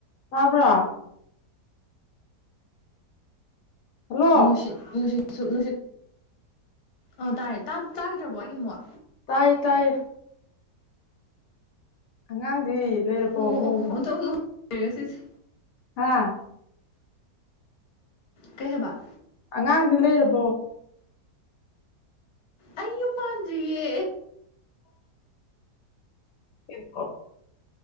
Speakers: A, on the left; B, on the left.
A: ꯇꯥꯕ꯭ꯔꯣ ꯍꯜꯂꯣ
B: ꯅꯨꯁꯤꯠ ꯅꯨꯁꯤꯠꯁꯨ ꯅꯨꯡꯁꯤꯠ ꯑ ꯇꯥꯔꯦ ꯇꯥ ꯇꯥꯒꯤꯗ꯭ꯔꯕꯣ ꯑꯩꯒꯤ ꯃꯨꯛ
A: ꯇꯥꯏꯌꯦ ꯇꯥꯏꯌꯦ ꯑꯉꯥꯡꯗꯤ ꯂꯩꯔꯕꯣ
B: ꯑꯣ
A: ꯃꯧ
B: ꯑꯣ ꯑꯣꯟꯊꯣꯛ <unintelligible> ꯉꯁꯤꯁꯤ
A: ꯍꯥꯥ
B: ꯀꯩ ꯍꯦꯕ
A: ꯑꯉꯥꯡꯗꯤ ꯂꯩꯔꯕꯣ
B: ꯑꯩ ꯌꯨꯝ ꯄꯥꯟꯗ꯭ꯔꯤꯌꯦ
A: <unintelligible>